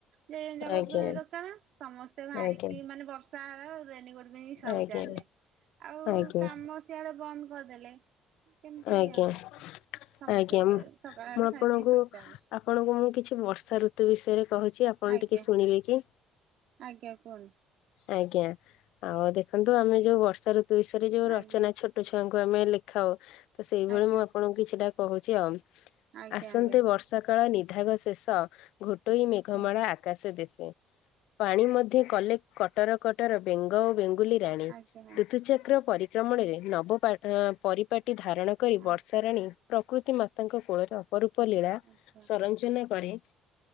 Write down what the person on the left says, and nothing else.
ଆଜ୍ଞା
ଆଜ୍ଞା
ଆଜ୍ଞା
ଆଜ୍ଞା
ଆଜ୍ଞା।
ଆଜ୍ଞା
ମୁଁ ଆପଣଙ୍କୁ
ଆପଣଙ୍କୁ ମୁଁ କିଛି ବର୍ଷା ଋତୁ ବିଷୟରେ କହୁଛି ଆପଣ
ଟିକେ ଶୁଣିବେ କି?
ଆଜ୍ଞା ଆଉ ଦେଖନ୍ତୁ ଆମେ ଯୋଉ ବର୍ଷା ଋତୁରେ ଯୋଉ ରଚନା
ଛୋ ଛୋଟ ଛୁଆଙ୍କୁ ଆମେ ଲେଖାଉ ତ ସେଇଭଳି
ମୁଁ ଆପଣଙ୍କୁ କିଛିଟା କହୁଛି ଆଉ।
ଆସନ୍ନ୍ତେ
ବର୍ଷା କାଳ ନିଧାଘ ଶେଷ ଘୋଟୋଇ
ମେଘମାଳା ଆକା ଆକାଶ ଦେଶେ ପାଣି ମଧ୍ୟ କଲେ କଟର କଟର ବେଙ୍ଗ ବ ରାଣୀ
ଋତୁଚକ୍ର ପରିକ୍ରମଣରେ ନବ ପରିପାଟି ଧାରଣ କରି
ବର୍ଷା ରାଣୀ ପ୍ରକୃତି ମାତାଙ୍କ କୋଳରେ ଅପରୁପ ଲୀଳା
ସଂରଜନା କରେ